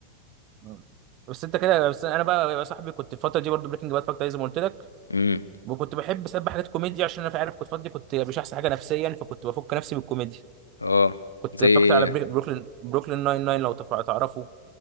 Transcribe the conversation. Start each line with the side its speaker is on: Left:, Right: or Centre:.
Right: آه. بس انت كده بس انا بقى يا صاحبي كنت الفتره دي برضه بريكنج باد فاكت زي ما قلت لك
Left: امم
Right: وكنت بحب اسبح حاجات كوميديا عشان انا في عارف كنت فاضي كنت مش احسن حاجه نفسيا فكنت بفك نفسي بالكوميديا
Left: اه
Right: كنت
Left: زي
Right: اتفرجت على
Left: إيه؟
Right: بري- بروكلين بروكلين ناين ناين لو تف- تعرفه